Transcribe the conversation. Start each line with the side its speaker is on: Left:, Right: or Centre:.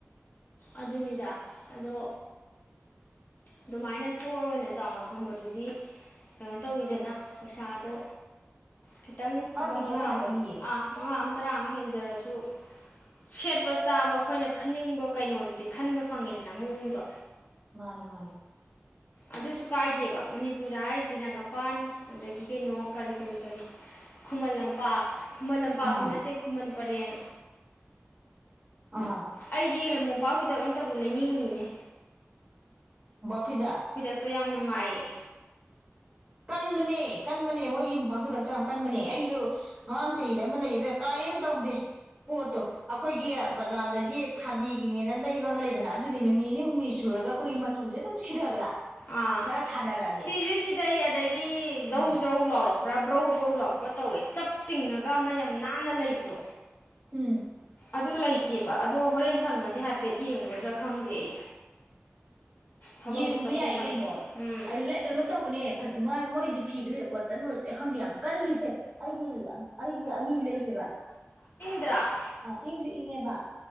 Left: ꯑꯗꯨꯅꯤꯗ ꯑꯗꯣ ꯑꯗꯨꯃꯥꯏꯅ ꯏꯁꯇꯣꯔ ꯑꯣꯏꯅ ꯆꯥꯎꯅ ꯐꯝꯕꯗꯨꯗꯤ ꯀꯩꯅꯣ ꯇꯧꯋꯤꯗꯅ ꯄꯩꯁꯥꯗꯣ ꯈꯤꯇꯪ
Right: ꯈꯔꯗꯤ
Left: ꯂꯨꯄꯥ ꯃꯉꯥ
Right: ꯈꯦꯠꯅꯔꯛꯀꯅꯤꯌꯦ
Left: ꯑꯃ ꯑꯥ ꯃꯉꯥ ꯑꯃ ꯇꯔꯥ ꯍꯦꯟꯖꯔꯁꯨ ꯁꯦꯠꯄ ꯆꯥꯕ ꯑꯩꯈꯣꯏꯅ ꯈꯟꯅꯤꯡꯕ ꯀꯩꯅꯣꯗꯨꯗꯤ ꯈꯟꯕ ꯐꯪꯉꯤꯗꯅ ꯃꯑꯣꯡꯗꯣ
Right: ꯃꯥꯅꯦ ꯃꯥꯅꯦ
Left: ꯑꯗꯨꯁꯨ ꯀꯥꯏꯗꯦꯕ ꯃꯅꯤꯄꯨꯔꯗ ꯍꯥꯏꯔꯤꯁꯤꯅꯒꯄꯥꯟ ꯑꯗꯒꯤ ꯀꯩꯅꯣ ꯀꯔꯤ ꯀꯔꯤ ꯀꯔꯤ ꯈꯨꯃꯟ ꯂꯝꯄꯥꯛ ꯈꯨꯃꯟ ꯂꯝꯄꯥꯛꯇꯤ
Right: ꯑꯥ
Left: ꯅꯠꯇꯦ ꯈꯨꯃꯟ ꯄꯔꯦꯡ
Right: ꯑꯥ
Left: ꯑꯩꯗꯤ ꯃꯣꯄꯥꯛ ꯍꯗ ꯑꯝ ꯇꯕꯨ ꯂꯩꯅꯤꯡꯉꯤꯅꯦ
Right: ꯄꯤꯤꯗꯥ
Left: ꯑꯗꯨ ꯌꯥꯝ ꯅꯨꯡꯉꯥꯏꯌꯦ
Right: ꯀꯟꯕꯅꯦ ꯀꯟꯕꯅꯦ ꯃꯣꯏꯒꯤꯨꯗꯛꯇ ꯌꯥꯝ ꯀꯟꯕꯅꯦ ꯑꯩꯁꯨ ꯍꯃꯥꯡ ꯆꯍꯤꯗ ꯑꯃ ꯂꯩꯌꯦꯕ ꯀꯔꯤꯝ ꯇꯧꯗꯦ ꯄꯣꯠꯇꯣ ꯑꯩꯈꯣꯏꯒꯤ ꯕꯖꯥꯔꯗꯒꯤ ꯈꯥꯗꯤꯒꯤꯅꯦꯅ ꯂꯩꯕ ꯂꯩꯗꯅ ꯑꯗꯨꯗꯤ ꯅꯨꯃꯤꯠ ꯅꯤꯅꯤ ꯍꯨꯝꯅꯤ ꯁꯨꯔꯒ ꯑꯩꯈꯣꯏꯒꯤ ꯃꯆꯨꯁꯦ ꯑꯗꯨꯝ ꯁꯤꯊꯗ꯭ꯔꯥ
Left: ꯑ
Right: ꯈꯔ ꯊꯥꯅꯔꯛꯑꯗꯤ
Left: ꯁꯤꯖ ꯁꯤꯗ ꯑꯇꯩ ꯑꯗꯒꯤ
Right: ꯎꯝ
Left: ꯖꯧ ꯖꯧ ꯂꯥꯎꯔꯛꯄ꯭ꯔꯥ ꯕ꯭ꯔꯧ ꯕ꯭ꯔꯧ ꯂꯥꯎꯔꯛꯄ꯭ꯔꯥ ꯇꯧꯋꯦ ꯆꯞ ꯇꯤꯡꯉꯒ ꯑꯃ ꯌꯥꯝ ꯅꯥꯟꯅ ꯂꯩꯕꯗꯣ
Right: ꯎꯝ
Left: ꯑꯗꯨ ꯂꯩꯇꯦꯕ ꯑꯗꯣ ꯍꯣꯔꯦꯟ ꯁꯪꯉꯗꯤ ꯍꯥꯏꯐꯦꯠ ꯌꯦꯡꯒꯗ꯭ꯔꯥ ꯈꯪꯗꯦ ꯑꯩ ꯊꯕꯛꯁꯨ
Right: ꯌꯦꯡꯕ
Left: ꯆꯠꯊꯣꯛꯀꯅꯤ
Right: ꯌꯥꯏ ꯀꯩꯅꯣ
Left: ꯎꯝ
Right: ꯀꯩꯅꯣ ꯇꯧꯕꯅꯦ ꯃꯣꯏꯗꯤ ꯐꯤꯗ ꯀꯣꯠꯇꯅꯨꯦ ꯈꯪꯗꯦ ꯌꯥꯝ ꯀꯜꯂꯤꯁꯦ ꯑꯩꯒꯤ ꯑꯩꯒꯤ ꯑꯅꯤ ꯂꯩꯌꯦꯕ
Left: ꯇ꯭ꯔꯥ
Right: ꯑꯥ ꯏꯪꯁꯨ ꯏꯪꯉꯦꯕ